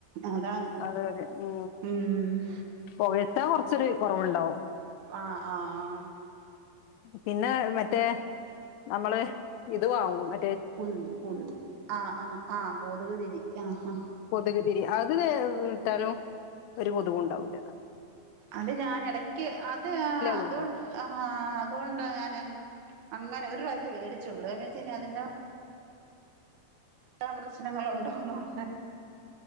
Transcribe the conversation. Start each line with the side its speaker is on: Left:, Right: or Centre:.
Right: അതാണ്
Left: അതെ അതെ ഉ
Right: ഉം
Left: പോകീച്ച കൊറച്ചൊരു കൊറവുണ്ടാവും.
Right: ആഹ് ആഹ് ആഹ
Left: പിന്നെ മറ്റേ നമ്മള് ഇതവാങ്ങും മ
Right: കുന്തി കുന്ത് ആ ആ ആഹ് കോതുക്തിരി ആ ആ
Left: കൊതുക് തിരി അത് തരം ഇട്ടാലും ഒരുകൊതുക് ഉണ്ടാകൂല്ല.
Right: അത് ഞാൻ എടയ്ക്ക് അത് അതുകൊണ്ട്
Left: തോന്നുന്നുണ്ട്
Right: ആഹ് അതുകൊണ്ടാ ഞാൻ അങ്ങനെ ഒരു പ്രവശ്യ വേടിച്ചള്ളു വെച്ച അതിന്റെ അ ട്ട പ്രശ്നങ്ങള ഉണ്ടോന്നള്ള